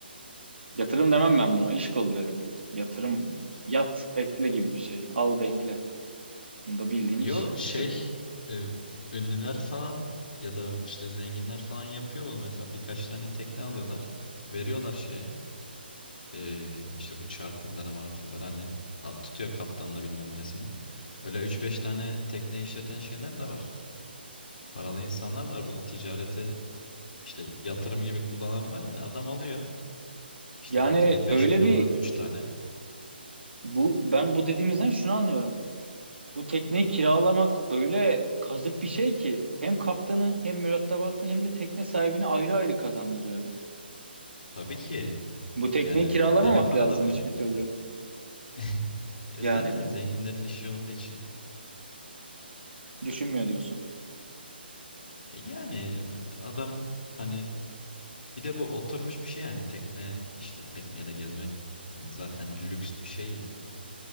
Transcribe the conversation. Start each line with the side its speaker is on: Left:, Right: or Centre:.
Right: Yatırım demem ben buna. İş kolu derim. Yatırım yat bekle gibi bir şey. Al bekle. Bunda bildiğin
Left: Yo
Right: iş,
Left: şey
Right: iş yapıyor.
Left: e, ünlüler falan ya da işte zenginler falan yapıyor bunu mesela birkaç tane tekne alıyorlar. Veriyorlar şeye Ee, işte bu charterlara martırlara hani at tutuyor kaptanla bilmem nesini. Öyle üç beş tane tekne işleten şeyler de var. Paralı insanlar da var. Bunu ticarete işte yatırım gibi kullanan var yani adam alıyor. İşte
Right: Yani
Left: atıyorum 5
Right: öyle
Left: milyona
Right: bir
Left: 3 tane.
Right: bu ben bu dediğimizden şunu anlıyorum. Bu tekneyi kiralamak öyle kazık bir şey ki hem kaptanı hem mürettebatı hem de tekne sahibini ayrı ayrı kazandırıyor.
Left: Tabii ki
Right: Bu tekneyi
Left: yani
Right: kiralamamak
Left: deli paralar
Right: lazım
Left: dönüyor.
Right: hiçbir türlü.
Left: <laughs> Ya
Right: Yani
Left: zaten zenginlerin işi olduğu için.
Right: düşünmüyor diyorsun.
Left: E yani adam hani bir de bu oturmuş bir şey yani tekne işte tekneyle gezmek hani zaten lüks bir şey ya.